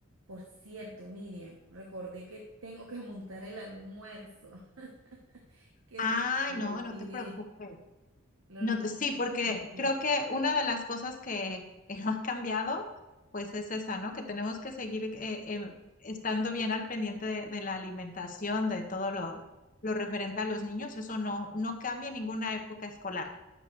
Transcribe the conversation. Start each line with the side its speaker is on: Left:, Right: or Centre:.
Right: Por cierto, Miriam, recordé que tengo que montar el almuerzo. <laughs> Que
Left: Ay,
Right: todo lo
Left: no,
Right: olvidé,
Left: no te preocupes.
Right: lo
Left: No,
Right: olvidé
Left: te- sí,
Right: por
Left: porque
Right: completo.
Left: creo que una de las cosas que, que no ha cambiado, pues es esa, ¿no? Que tenemos que seguir eh, eh, estando bien al pendiente de, de la alimentación, de todo lo, lo referente a los niños. Eso no, no cambia en ninguna época escolar.